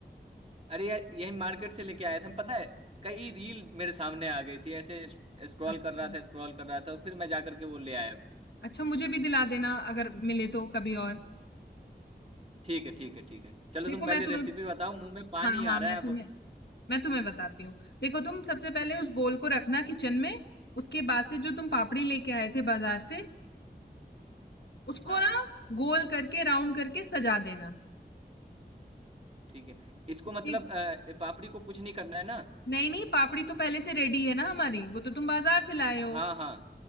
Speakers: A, on the right (about 35°); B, on the left (about 75°).
A: अरे यार यही मार्केट से लेके आया था पता है कई रील मेरे सामने आ गई थी ऐसे स्क्रॉल
B: अच्छा
A: कर रहा था स्क्रॉल कर रहा था और फिर मैं जा करके वो ले आया
B: अच्छा मुझे भी दिला देना अगर मिले तो कभी और
A: ठीक है ठीक है ठीक है चलो
B: देखो
A: तुम पहले
B: मैं तुम्हें
A: रेसिपी बताओ मुंह में पानी
B: हाँ हाँ
A: आ रहा
B: मैं
A: है अब
B: तुम्हें मैं तुम्हें बताती हूँ देखो तुम सबसे पहले उस बॉल को रखना किचन में उसके बाद से जो तुम पापड़ी लेके आए थे बाजार से उसको
A: हाँ
B: ना गोल करके राउंड करके सजा देना
A: ठीक है इसको
B: उसकी
A: मतलब अ, पापड़ी को कुछ नहीं करना है ना
B: नहीं नहीं पापड़ी तो पहले से रेडी है ना हमारी वो तो तुम बाजार से लाए हो
A: हाँ हाँ